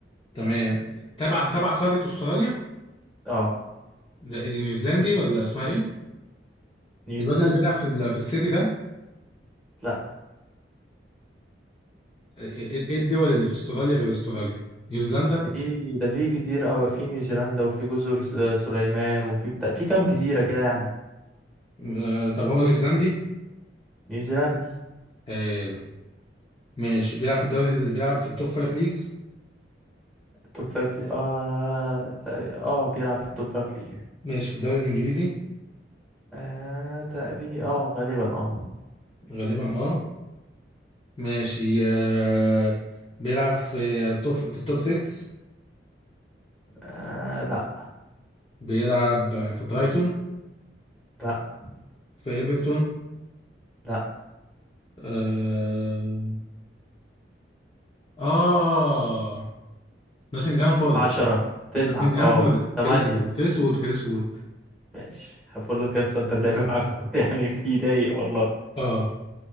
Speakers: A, on the left (about 30°); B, in the centre.
A: تمام تبع تبع قارة أستراليا
B: اه
A: ده إيه دي نيوزيلندي ولا اسمها إيه؟
B: نيوزيلاند
A: الواد اللي بيلعب في ال- في السيتي ده
B: لا
A: إيه إيه إيه، إيه الدول اللي في أستراليا غير أستراليا؟ نيوزيلندا
B: في ده في كتير أوي في نيوزيلندا وفي جزر س- سليمان وفي بتاع في كام جزيرة كده يعني
A: آه، طب هو نيوزيلندي؟
B: نيوزيلندا
A: حلو ماشي بيلعب في الدوري اللي بيلعب في التوب فايف ليجز
B: توب فايف ليج اه تقريبا اه بيلعب في التوب فايف ليج
A: ماشي في الدوري الإنجليزي
B: آه تقريبا اه غالبا اه
A: غالبا أه ماشي آه، بيلعب في توب في التوب 6
B: آه، لا
A: بيلعب في برايتون
B: لا
A: في ايفرتون
B: لا
A: اه, آه. نوتنجهام فورست
B: عشرة تسعة
A: نوتنجهام
B: اه
A: فورست
B: تمانية
A: كريس وود كريس وود كريس وود
B: ماشي هقول لك يا اسطى انت اللعب معاك <laughs> يعني بيضايق والله
A: اه